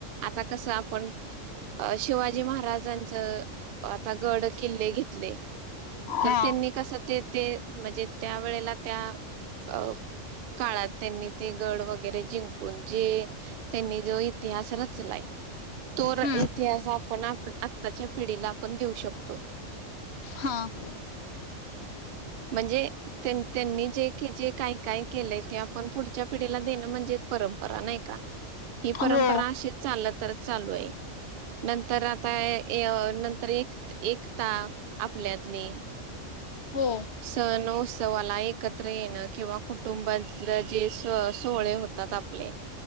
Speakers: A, on the right; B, on the left.
A: आता कसं आपण, अ शिवाजी महाराजांचं, आता गड किल्ले घेतले, तर
B: हा
A: त्यांनी कस ते ते, म्हणजे त्या वेळेला त्या, अ काळात, त्यांनी ते गड वगैरे जिंकून जे त्यांनी, जो इतिहास रचलाय तो
B: हम्म
A: र इतिहास आपण आप-आत्ताच्या पिढीला, आपण देऊ शकतो.
B: हां.
A: म्हणजे त्यांन-त्यांनी जे क् जे काय-काय केलंय, ते आपण पुढच्या पिढीला देणं, म्हणजे परंपरा, नाही का? ही परंपरा,
B: हो
A: अशीच चाल तर चालू ये. नंतर आता य नंतर एक-एकता, आपल्यातली.
B: हो.
A: सण उत्सवाला एकत्र येणं किंवा कुटुंबातलं जे स-सोहळे होतात आप ले,